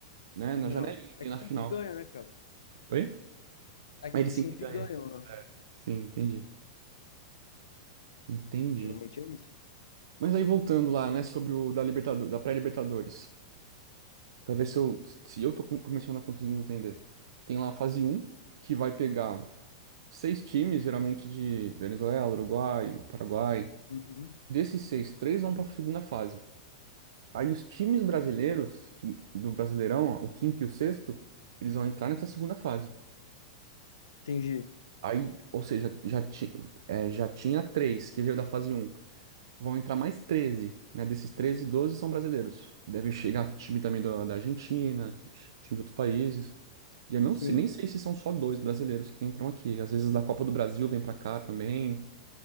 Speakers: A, on the right; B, on the left.
A: né, na
B: Não.
A: janelinha
B: É
A: ali
B: que
A: na
B: sempre
A: final.
B: ganha, né, cara?
A: Oi?
B: É
A: Aí
B: que
A: ele
B: eles
A: sempre
B: sempre
A: ganha.
B: ganham, né?
A: É. Sim, entendi. Entendi.
B: Geralmente é isso.
A: Mas aí voltando lá, né, sobre o da Libertadores, da pré-Libertadores. Pra ver se eu, se eu tô com- começando a conseguir entender. Tem lá a fase um que vai pegar seis times, geralmente de Venezuela, Uruguai, Paraguai.
B: Uhum.
A: Desses seis, três vão pra segunda fase. Aí os times brasileiros, que, do Brasileirão, ó, o quinto e o sexto, eles vão entrar nessa segunda fase.
B: Entendi.
A: Aí, ou seja, já, ti, é, já tinha três que veio da fase um. Vão entrar mais 13, né? Desses 13, 12 são brasileiros. Deve chegar time também da da Argentina, ti- time de outros países. E eu não
B: Sim.
A: sei, nem sei se são só dois brasileiros que entram aqui. Às vezes da Copa do Brasil vem pra cá também.